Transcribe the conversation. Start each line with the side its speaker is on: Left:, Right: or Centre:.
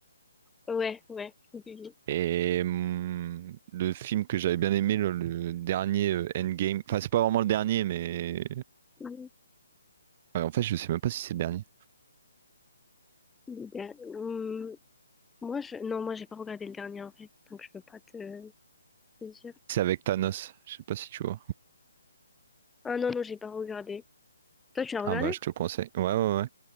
Centre: Ouais, ouais. Oui, oui.
Right: Et hum, le film que j'avais bien aimé, le, le dernier euh, Endgame, enfin, c'est pas vraiment le dernier, mais...
Centre: Hum,
Right: ouais, en fait, je sais même pas si c'est le dernier.
Centre: le der- hum, Moi, je... Non, moi, j'ai pas regardé le dernier en vrai, donc je peux pas te, te dire.
Right: C'est avec Thanos, je sais pas si tu vois.
Centre: Ah non, non, j'ai pas regardé. Toi, tu l'as
Right: Ah
Centre: regardé?
Right: bah, je te le conseille. Ouais, ouais, ouais.